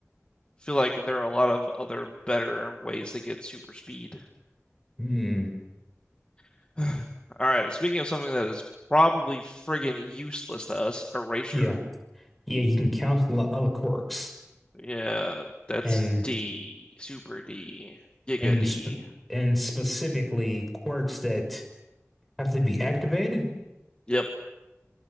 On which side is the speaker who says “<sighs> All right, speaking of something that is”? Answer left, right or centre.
Left